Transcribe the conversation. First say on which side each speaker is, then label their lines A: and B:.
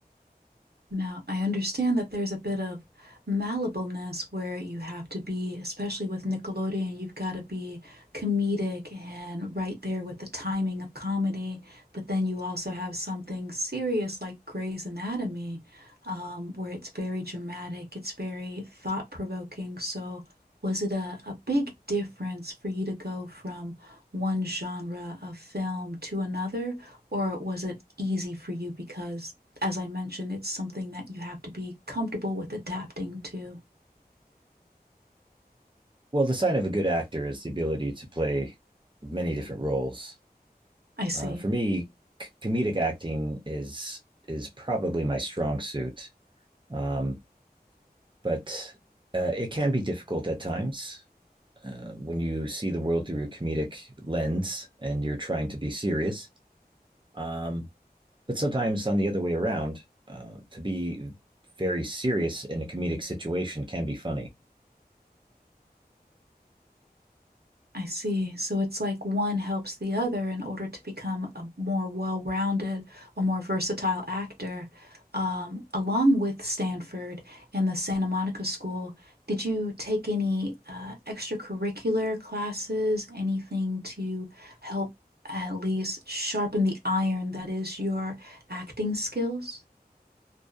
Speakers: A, on the right (about 70°); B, on the right (about 30°).
A: Now, I understand that there's a bit of malleableness where you have to be, especially with Nickelodeon, you've got to be comedic and right there with the timing of comedy. But then you also have something serious like Grey's Anatomy, um, where it's very dramatic, it's very thought-provoking. So, was it a, a big difference for you to go from one genre of film to another, or was it easy for you because as I mentioned, it's something that you have to be comfortable with adapting to.
B: Well, the sign of a good actor is the ability to play many different roles.
A: I see.
B: Uh, for me, c- comedic acting is is probably my strong suit, um, but uh, it can be difficult at times uh, when you see the world through a comedic lens and you're trying to be serious. Um, but sometimes on the other way around, uh, to be very serious in a comedic situation can be funny.
A: I see. So it's like one helps the other in order to become a more well-rounded, a more versatile actor. Um, along with Stanford and the Santa Monica School, did you take any uh, extracurricular classes, anything to help at least sharpen the iron that is your acting skills?